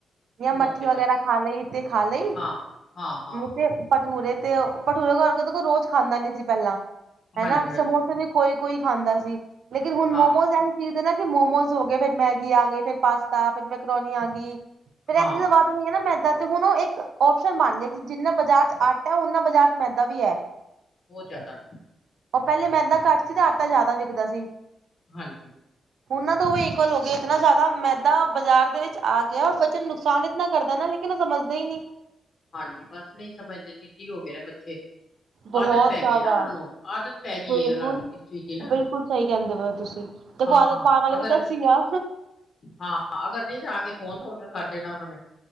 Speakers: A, on the right; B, on the left.
A: ਜਾਂ
B: ਸਮੋਸੇ
A: ਮੱਠੀ ਵਗੈਰਾ
B: ਬਸ।
A: ਖਾ ਲਈ ਤੇ ਖਾ ਲਈ।
B: ਹਾਂ, ਹਾਂ ਹਾਂ।
A: ਨਹੀਂ ਤੇ ਭਠੂਰੇ ਤੇ ਭਠੂਰੇ ਘਰਕੇ ਤੇ ਕੋਈ ਰੋਜ਼ ਖਾਂਦਾ ਨੀ ਸੀ ਪਹਿਲਾਂ ਹੇਨਾ
B: ਹਾਂਜੀ, ਹਾਂਜੀ,
A: ਸਮੋਸੇ ਵੀ ਕੋਈ-ਕੋਈ ਖਾਂਦਾ ਸੀ, ਲੇਕਿਨ ਹੁਣ
B: ਹਾਂ,
A: ਮੋਮੋਸ ਐਂ ਚੀਜ਼ ਨਾ ਕਿ ਮੋਮੋਜ਼ ਹੋ ਗਏ, ਫਿਰ ਮੈਗੀ ਆ ਗਈ, ਫਿਰ ਪਾਸਤਾ, ਫਿਰ ਮੈਂਕਰੋਨੀ ਆ ਗਈ ਫਿਰ
B: ਹਾਂ,
A: ਇਸ ਚੀਜ਼ਾਂ ਵਧ <unintelligible> ਨਾ ਮੈਦਾ ਤੇ ਹੁਣ ਉਹ ਇੱਕ ਆਪਸ਼ਨ ਬਣ ਗਿਆ ਕਿ ਜਿੰਨਾ ਬਾਜ਼ਾਰ ਚ ਆਟਾ ਉਹਨਾ ਬਾਜ਼ਾਰ ਚ ਮੈਦਾ ਵੀ ਐ।
B: ਬੌਤ ਜਿਆਦਾ।
A: ਉਹ ਪਹਿਲੇ ਮੈਦਾ ਘੱਟ ਸੀ ਤੇ ਆਟਾ ਜ਼ਿਆਦਾ ਵਿਕਦਾ ਸੀ।
B: ਹਾਂਜੀ।
A: ਹੁਣ ਨਾ ਦੋਵੇਂ ਇਕੁਅਲ ਹੋ ਗਏ ਇਤਨਾ ਜ਼ਿਆਦਾ ਮੈਦਾ ਬਾਜ਼ਾਰ ਦੇ ਵਿੱਚ ਆ ਗਿਆ ਬੱਚੇ ਨੁਕਸਾਨ ਕਿਤਨਾ ਕਰਦਾ ਏਨਾ ਲੇਕਿਨ ਇਹ ਸਮਝਦੇ ਈ ਨਈਂ।
B: ਹਾਂਜੀ ਬਸ ਨਈਂ ਸਮਝਦੇ ਦੀਦੀ ਹੋ ਗਏ ਨੇ ਬੱਚੇ।
A: ਬਹੁਤ
B: ਆਦਤ ਪੈ
A: ਜ਼ਿਆਦਾ
B: ਗਈ ਐ ਨਾ ਉਹਨਾਂ ਨੂੰ, ਆਦਤ ਪੈ ਗਈ
A: ਬਿਲਕੁਲ
B: ਉਹਨਾਂ ਨੂੰ ਇਸ ਚੀਜ਼ ਦੀ ਨਾ।
A: ਬਿਲਕੁਲ ਸਹੀ ਕਹਿੰਦੇ ਨੇ ਔ ਤੁਸੀਂ, ਦੇਖੋ
B: ਹਾਂ
A: ਆਦਤ ਪਾਣ ਵਾਲੇ
B: ਅਗਰ
A: ਵੀ ਤਾਂ ਅਸੀਂ ਆਂ।
B: ਹਾਂ ਅਗਰ ਨਈਂ ਜਾਕੇ ਫੋਨ ਚ ਆਰਡਰ ਕਰ ਦੇਣਾ ਉਹਨਾਂ ਨੇ।